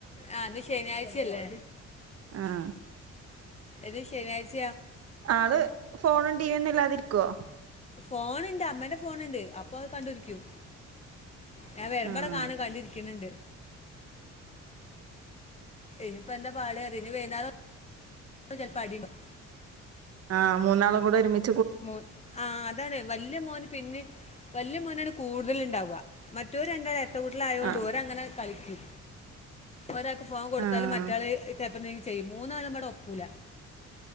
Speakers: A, on the left; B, on the right.
A: ആ ശനിയാഴ്ചയല്ലേ
B: ആഹ്
A: എത് ശനിയാഴ്ച്ച
B: ആള് ഫോണും ടി വി ഒന്നും ഇല്ലാതിരിക്കോ
A: ഫോണ് ണ്ട് അമ്മേന്റെ ഫോണുണ്ട്. അപ്പൊ അത് കണ്ട് ഇരിക്കും. ഞാൻ വെരുംബടെ
B: ആഹ്
A: കാണ കണ്ടിരിക്ക്ണ് ണ്ട്. ഇനിപ്പ എന്താ പാട് അറീല ഇനി വൈന്നേരം വന്ന ചെലപ്പോ അടിണ്ടാകും.
B: ആഹ് മൂന്നാളും കൂടെ ഒരുമി -
A: മോൻ ആ അതാണ് വല്യ മോന് പിന്നിം വല്യ മോനാണ് കൂടുതല്ണ്ടാവ്വ മറ്റൊര് രണ്ടാളും എരട്ടകുട്ട്യാളായൊണ്ട്
B: ആഹ്
A: ഓരങ്ങനെ കളിക്കും. ഒരാക്ക് ഫോൺ കൊടുത്താലും
B: ആഹ്
A: മറ്റാള് ചെലപ്പോന്തെങ്കിലും ചെയ്യും മൂന്നാളും കൂടെ ഒക്കൂല.